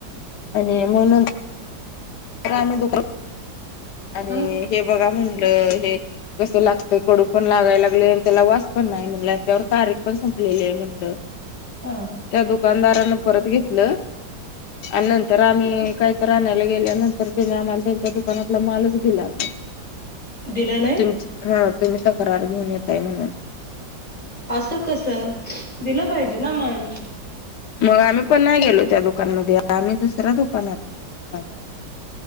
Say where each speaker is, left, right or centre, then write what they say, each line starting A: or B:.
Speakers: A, on the left (about 70°); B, on the left (about 20°).
A: आणि मग नं तर आम्ही दुकान आणि
B: हा
A: हे बघा म्हणलं हे कसं लागतय कडू पण लागाय लागलंय आणि त्याला वासपण नाही म्हणलं. याच्यावर तारीख पण संपलेली आहे म्हटलं.
B: हा
A: त्या दुकानदारानं परत घेतलं. आणि नंतर आम्ही काहीतर आणायला गेल्यानं तर त्यांने आम्हाला त्यांच्या दुकानातला मालच दिला न्हाय.
B: दिला नाही?
A: तुमची हा तुम्ही तक्रार घेऊन येताय म्हणून.
B: अस कसं दिलं पाहिजे ना माल.
A: मग आम्ही पण नाही गेलो त्या दुकानमध्ये, आम्ही दुसऱ्या दुकानात बाजारात.